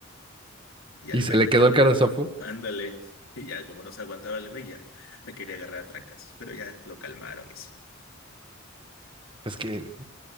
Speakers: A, on the left; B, on the right.
A: Y al
B: y se
A: güey,
B: le quedó el cara de Sofu.
A: ándale. <laughs> Y ya, como no se aguantaba el güey, ya me quería agarrar a trancas, pero ya lo calmaron y así.
B: Es que,